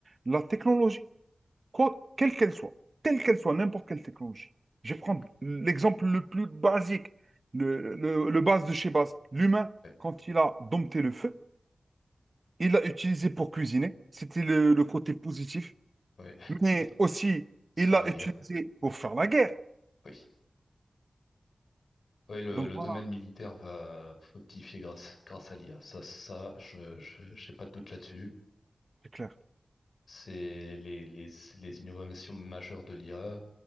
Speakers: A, on the right; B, on the left.
A: la technologie, quoi, quelle qu'elle soit, telle qu'elle soit, n'importe quelle technologie. Je vais prendre l'exemple le plus basique, le, le, le base de chez base. L'humain,
B: ouais,
A: quand il a dompté le feu, il l'a utilisé pour cuisiner, c'était le, le côté positif,
B: ouais. ouais.
A: mais
B: <laughs> Et
A: aussi
B: se
A: il
B: faire
A: l'a
B: la guerre.
A: utilisé pour faire la guerre.
B: oui Oui, le,
A: Donc
B: le
A: voilà,
B: domaine militaire va fructifier grâce, grâce à l'IA. Ça, ça, je, je, j'ai pas de doute là-dessus.
A: c'est clair.
B: C'est les, les, les innovations majeures de l'IA